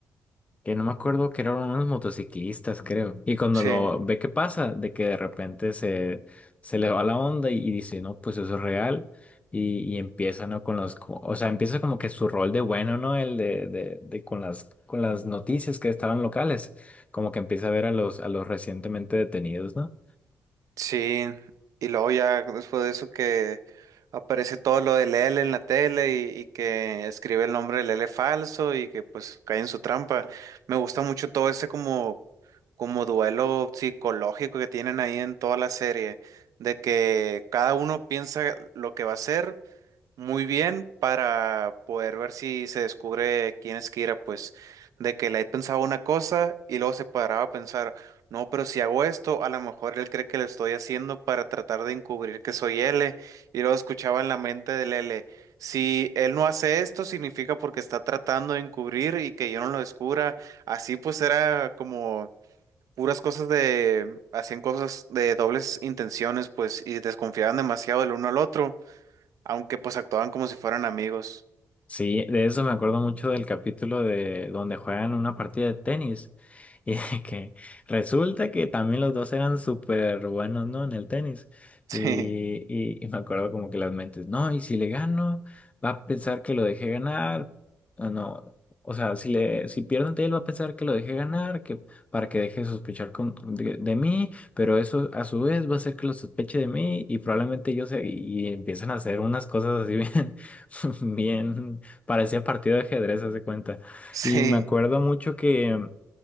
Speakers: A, on the left; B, on the right.
A: que no me acuerdo que eran unos motociclistas, creo. Y cuando
B: sí,
A: lo ve que pasa, de que de repente se, se le va la onda y, y dice, no, pues eso es real. Y, y empieza, ¿no? Con los, co- o sea, empieza como que su rol de bueno, ¿no? El de, de, de con las, con las noticias que estaban locales. Como que empieza a ver a los, a los recientemente detenidos, ¿no?
B: sí. Y luego ya después de eso que aparece todo lo de Lele en la tele y, y que escribe el nombre de Lele falso y que pues cae en su trampa. Me gusta mucho todo ese como, como duelo psicológico que tienen ahí en toda la serie, de que cada uno piensa lo que va a hacer muy bien para poder ver si se descubre quién es Kira, pues de que Light pensaba una cosa y luego se paraba a pensar, no, pero si hago esto, a lo mejor él cree que lo estoy haciendo para tratar de encubrir que soy L y luego escuchaba en la mente del L, si él no hace esto significa porque está tratando de encubrir y que yo no lo descubra, así pues era como... puras cosas de, hacían cosas de dobles intenciones, pues, y desconfiaban demasiado del uno al otro aunque pues actuaban como si fueran amigos.
A: Sí, de eso me acuerdo mucho del capítulo de donde juegan una partida de tenis <laughs> y de que resulta que también los dos eran súper buenos, ¿no? En el tenis.
B: <laughs> Sí,
A: Y, y, y me acuerdo como que las mentes, no, y si le gano, va a pensar que lo dejé ganar. O no, o sea, si le, si pierdo ante él, va a pensar que lo dejé ganar, que para que deje de sospechar con- de, de mí, pero eso a su vez va a hacer que lo sospeche de mí y probablemente yo sé, y y empiezan a hacer unas cosas así bien. <laughs> Bien Parecía partido de ajedrez, haz de cuenta.
B: sí,
A: Y me acuerdo mucho que